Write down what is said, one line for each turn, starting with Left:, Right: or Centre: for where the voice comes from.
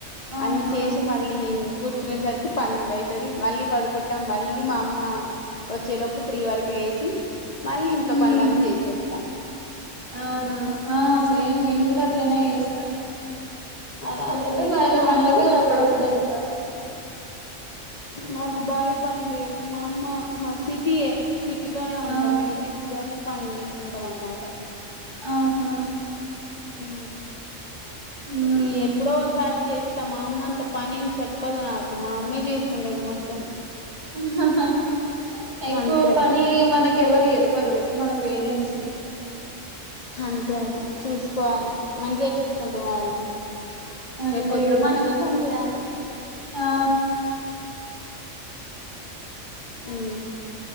Right: ఆహా
Left: అన్ని చేసి మళ్ళీ కూర్చునేసరికి పన్నెండు అయితది మళ్ళీ పడుకుంటాం మళ్ళీ మా అమ్మ వచ్చే లోపు త్రీ వరక లేసి మళ్ళీ ఇంట్లో
Right: మ్మ్
Left: పనులన్నీ చేసేస్తా
Right: అవునా ఆ సేమ్ నేను కూడా అట్లనే చేస్తా
Left: అలానే
Right: కాకపోతే
Left: చేస్తా
Right: బయలా
Left: మా
Right: పనులకు
Left: అమ్మ వస్తది
Right: అప్పుడప్పుడు వెళ్తా
Left: మాకు బావి పని లేదు మా అమ్మ మా సిటీయే సిటీలోనే ఉంటాం
Right: ఆ
Left: ఇక సిటీలోనే పని చేస్ కుంటాం అనమాట
Right: ఆహా
Left: అ
Right: మ్మ్
Left: ఈ ఎప్పుడోసారి చేస్తాం మా అమ్మ అంత పనేమి చెప్పదు నాకు మా అమ్మే చేసుకుంటది మొత్తం
Right: అహహా ఎక్కువ
Left: అంతే
Right: పని
Left: అది
Right: మనక కే ఎవరు చెప్పరు మన పేరెంట్స్
Left: అంతే అది చూసుకోవాలి మంచిగా చుసుకుంటారు మనల్ని
Right: అంతే
Left: రేపు పొద్దున
Right: కదా
Left: మనమే పని చేయాలి
Right: ఆ
Left: యూ